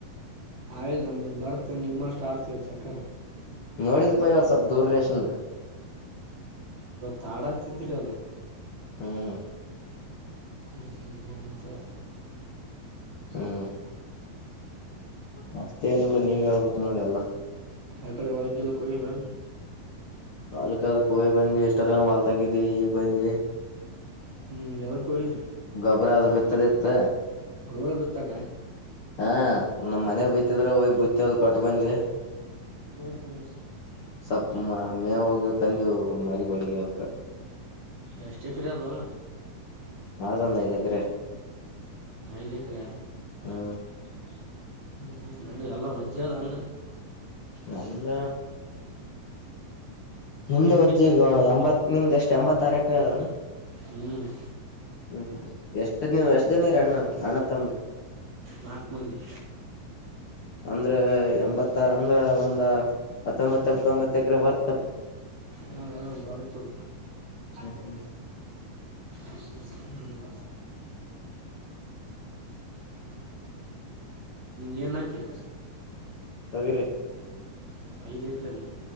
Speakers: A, on the right; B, on the left.
A: ಅವ ಇಲ್ ನಮ್ಗೆನ್ ಬರ್ತ ನಿಮ್ಮಷ್ಟ ಆಡ್ತೇವ ಚಕ್ಕ್ರ
B: ನೋಡಿದ್ ಪಯವ ಸ್ವಲ್ಪ ದೂರಷ್ಟ
A: ತಾಡ ಹತಿದ್ರಿ ಅಲ್ಲ
B: ಹ್ಮ್
A: ಇಲ್ಲಿ ಹೇಳದು
B: ಹ್ಮ್ ಮತ್ತೇ ಏನಿಲ್ಲ ನೀವ ಹಳ್ಬಿಟ್ಟು ನೋಡಿ ಅಲ್ಲ
A: ಯಕಡೆ ಒಳಗಲ್ಲಕ್ಕಯಲ್ಲನು
B: ಅಲ್ಕ ಅದ ಕೋಯಿ ಬಂದಿ ಇಷ್ಟ ಅದನ ಮಲ್ ತಗಿದ ಈಗ್ ಬಂದಿ
A: ಹ್ಮ್ ಯಾವ ಕೋಗ್ರ
B: ಗೊಬ್ಬ್ರ ಅದು ಬಿತ್ತದಿತ್ತ
A: ಗೊಬ್ಬರ ಬಿತ್ತಕ್ಕ
B: ಹಾ ನಮ್ ಮನೆಗ್ ಬಿತ್ತಿದ್ರ ಹೋಗ್ ಬಿತ್ತದ ಕೊಟ್ಟ ಬಂದ್ವಿ
A: ಹ್ಮ್
B: <inaudible>
A: ಹ್ಮ್
B: ಸ್ವಲ್ಪ ಮೇವು ಗೀವು ತಂದಿವಿ ಮರಿಗಳಿಗೆ ಅವುಕ.
A: ಎಷ್ಟು ಎಕರೆ ಆದ ಹೊಲ?
B: ಆದ ಒಂದು ಐದು ಎಕರೆ.
A: ಐದೆಕ್ರ?
B: ಹ್ಮ್
A: <inaudible> ಎಲ್ಲ ವಜ್ಜೇದ್ ಅಂದ್ರ.
B: ನಮ್ದ ನಿಮ್ದ
A: ಏನ್
B: ಹೊಜ್ಜಿ
A: ಬಿತ್ರಿ
B: ಈಗ ಎಂಬತ್ ನಿಮ್ದ ಎಷ್ಟ್ ಎಂಬತಾರ ಎಕರೆ ಅದಾನ?
A: ಹ್ಮ್.
B: ಹ್ಮ್ ಹ್ಮ್ ಎಷ್ಟು ನೀವ್ ಎಷ್ಟ್ ಜನ ಇರಿ ಅಣ್ಣಂದಿರ. ಅಣ್ಣತಮ್ರ
A: ನಾಕ್ ಮಂದಿ
B: ಅಂದ್ರೆ ಎಂಬತ್ತಾರ. ಅಂದ್ರ ಒಂದ್ ಹತ್ತೊಂಬತ್ತ ತೊಂಬತ್ತ ಎಕರೆ ಬರ್ತ.
A: ಹಾ ಬಾರಿ ಚ. <unintelligible> ಹ್ಮ
B: ಹ್ಮ್ ಹ್ಮ್
A: ಹ್ಮ. <inaudible> ಏನು ಹಾಕಿರಿ?
B: ತೊಗ್ರಿ
A: ಐದ್ ಎಕರೆಲ್ಲ?